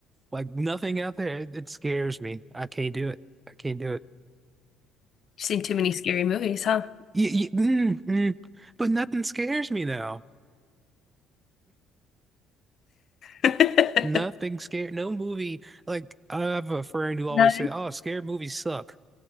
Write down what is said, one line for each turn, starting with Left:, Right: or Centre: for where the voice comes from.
Right: like nothing out there. It, it scares me. I can't do it. I can't do it.
Left: seen too many scary movies, huh?
Right: Y y mm, mm. But nothing scares me now.
Left: <laughs>
Right: Nothing scared. No movie. Like I have a friend who always
Left: No.
Right: said, "Oh, scared movies suck."